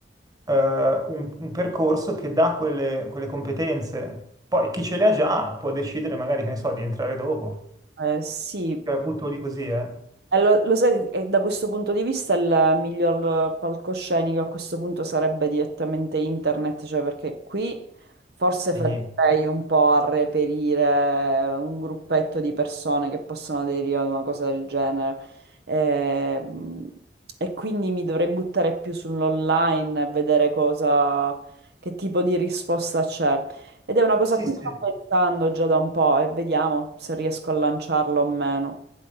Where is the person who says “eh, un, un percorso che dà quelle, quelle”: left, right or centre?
Right